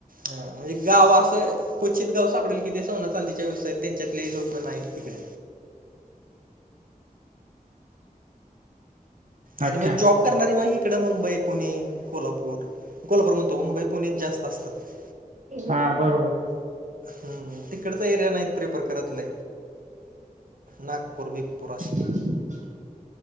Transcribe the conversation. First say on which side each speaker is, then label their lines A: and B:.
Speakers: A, on the right; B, on the right.
A: हा म्हणजे गाव असं क्चित गाव सापडेल कि ते सोना चांदीच्या व्यवसायात त्यांच्यात लोक नाही तिकडे आणि
B: अच्छा
A: मग जॉब करणारी मग इकडं मुंबई पुणे कोल्हापूर कोलपूर म्हणंतो मुंबई पुणे जास्त असतात
B: हा बरोबर
A: हम् तिकडचा एरिया नाही प्रे प्रकारातला नागपरवी पुोराशी
B: ह